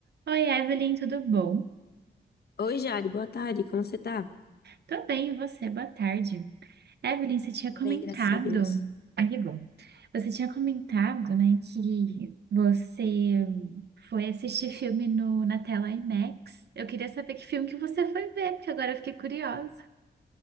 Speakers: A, on the right; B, on the left.
A: Oi, Evelyn, tudo bom?
B: Oi, Jade, boa tarde, como você tá?
A: Tô bem, e você? Boa tarde. Evelyn, você tinha comentado.
B: Bem, graças a Deus.
A: Ah, que bom. Você tinha comentado, né, que você foi assistir filme no, na tela IMAX. Eu queria saber que filme que você foi ver, porque agora eu fiquei curiosa.